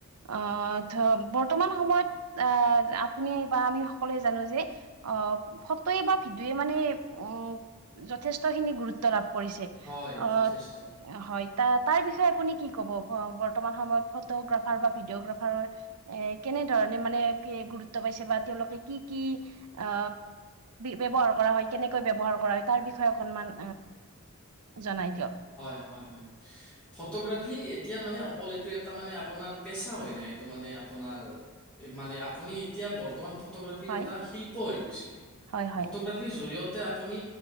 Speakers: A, on the right; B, in the centre.
A: আহ ধ বৰ্তমান সময়ত আহ আপুনি বা আমি। সলে জানো যে অ ফটোয় বা ভিডিঅ মানে অ যথেষ্ট খিনি গুৰুত্ব লাভ কৰিছে
B: হয়
A: আহ
B: যথেষ্ট
A: হয়। তাৰ বিষয়ে আপুনি কি ক'ব বৰ্তমান সময়ত ফটোগ্ৰাফাৰ বা ভিডিঅগ্ৰাফাৰ এ কেনে? কেনে ধৰণে মানে কি গুৰুত্ব পাইছে বা তেওঁলোকে কি কি অ ব্যৱহাৰ কৰা। কেনেকৈ ব্যৱহাৰ কৰা হয় তাৰ বিষয়ে অকনমান জনাই দিয়ক
B: হয়, হয়, হয় ফটোগ্ৰাফি। এতিয়া মানে অকল এইটো এটা মানে আপোনাৰ পেচা হয় নাই এইটো মানে আপোনাৰ মানে আপুনি এতিয়া। এতিয়া বৰ্তমান ফটোগ্ৰাফীৰ
A: হয়
B: এটা শিল্প হৈ গৈছে
A: হয় হয়
B: ফটোগ্ৰাফীৰ জৰিয়ত। আপুনি